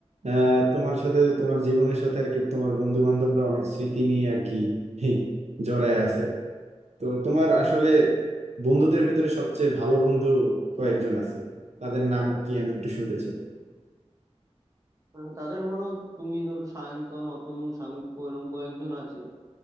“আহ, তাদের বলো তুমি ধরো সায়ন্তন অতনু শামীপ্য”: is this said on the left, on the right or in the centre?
Right